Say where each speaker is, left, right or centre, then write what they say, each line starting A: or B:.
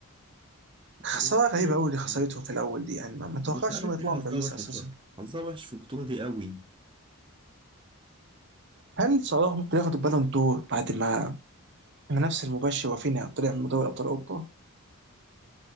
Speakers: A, on the right (about 55°); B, on the right (about 25°).
A: خساره
B: أنا مش
A: غريبه
B: عارف
A: قوي اللي خسارتهم
B: يعني،
A: في الاول دي يعني ما ما توقعتش
B: مش عارف
A: انهم يطلعوا
B: ليه حظها
A: من باريس
B: وحش
A: اساسا
B: اصلا حظها وحش في البطوله دي قوي
A: هل صلاح ممكن ياخد البالون دور بعد ما المنافس المباشر رافينيا طلع من دوري ابطال اوروبا